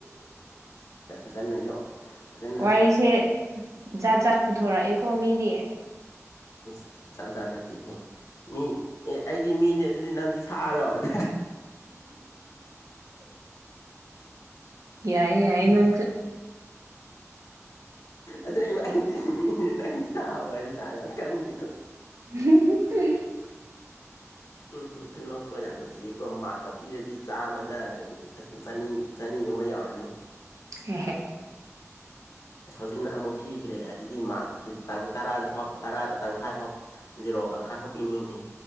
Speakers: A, on the left; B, on the right.
A: ꯐꯖꯅ ꯌꯣꯛ ꯐꯖꯅ
B: ꯋꯥꯔꯤꯁꯦ
A: ꯀꯝꯄ꯭ꯂꯦꯟ
B: ꯖꯥꯠ ꯖꯥꯠ ꯄꯨꯊꯣꯔꯛꯑꯦꯀꯣ ꯃꯤꯗꯤ
A: ꯏꯁꯖꯅꯇ ꯍ ꯃꯤ ꯑꯦ ꯑꯩꯗꯤ ꯃꯤꯅꯦ ꯑꯗꯨꯗꯤ ꯅꯪꯗꯤ ꯁꯥꯔꯣ ꯑꯗꯨ
B: ꯌꯥꯏ ꯌꯥꯏ ꯅꯪꯁꯨ
A: ꯑꯁꯥꯏ ꯅꯥꯏꯇꯃꯤ ꯅꯅꯥꯏꯟꯇ ꯁꯥꯥ ꯑꯣꯏꯔ ꯊꯅ ꯀꯥꯅꯤꯡꯗꯤꯣ
B: <unintelligible>
A: ꯎꯝ ꯈꯨꯅꯣꯛꯇꯣ ꯌꯥꯝ ꯅꯨꯡꯁꯤꯌꯦꯀꯣ ꯃꯥꯛꯀ ꯄꯤꯔꯗꯤ ꯆꯥꯝꯃꯗ ꯆꯅꯤ ꯆꯅꯤꯒꯨꯝꯕ ꯌꯥꯎꯔꯅꯤ
B: ꯍꯦ ꯍꯦ <unintelligible>
A: ꯑꯁ ꯍꯧꯖꯤꯛꯅ ꯑꯃꯨꯛ ꯊꯤꯈ꯭ꯔꯦ ꯑꯗꯨꯗꯤ ꯃꯥꯔꯛ ꯇꯥꯡ ꯇꯔꯥꯗ ꯐꯥꯎ ꯇꯔꯥꯗ ꯇꯪꯈꯥꯏ ꯐꯥꯎ ꯖꯤꯔꯣ ꯇꯪꯈꯥꯏꯐꯥꯎ ꯄꯤꯅꯤꯡꯗꯦ